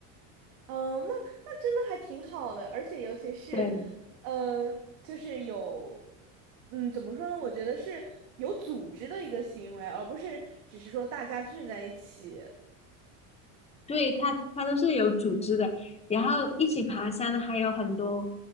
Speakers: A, on the right (about 80°); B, on the left (about 15°).
A: 嗯，那那真的还挺好的，而且尤其是，
B: 对。
A: 呃，就是有，嗯，怎么说呢？我觉得是有组织的一个行为，而不是只是说大家聚在一起。
B: 对，他，他都是有组织的，然后一起爬山的还有很多，